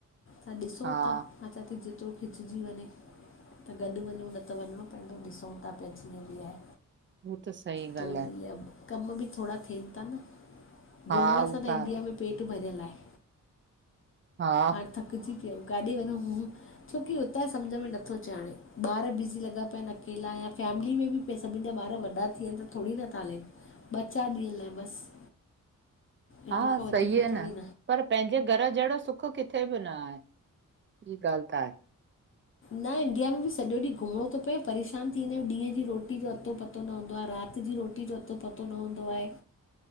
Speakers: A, on the left; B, on the right.
A: त ॾिसूं
B: हा।
A: था अ चा थी जेतिरो खिचजी वञे त गॾु वञूं न त वञिणो पवंदो ॾिसूं था पिया जीअं बि आहे
B: हू त सही ॻाल्हि
A: त उहो
B: आहे,
A: इ आए कम बि थोरा थियनि था न
B: हा
A: घुमण
B: हू
A: सां
B: त आहे,
A: ं में पेट भरियलु आहे
B: हा
A: हाणे थकिजी पियाऊं काॾे वञूं घूमूं छोकी हुतां सम्झ में नथो अचे हाणे ॿार बिज़ी लॻा पिया आहिनि अकेला या फैमिली में बि पे सभिनि जा ॿार वॾा थी वियानि त थोरी नथा हलनि ॿ चारि ॾींहंनि लाइ बसि इन
B: हा
A: खां
B: सईी
A: वधीक
B: आहे
A: थोरी
B: न पर पंहिंजे घर जहिड़ो सुख किथे बि न आहे ई ॻाल्हि त आहे
A: न इंडिया में बि सॼो ॾींहुं घुमणो थो पए परेशान थी वेंदा आहियूं ॾींहं जी रोटी जो अतो पतो पतो न हूंदो आहे राति जी रोटी जो अतो पतो न हूंदो आहे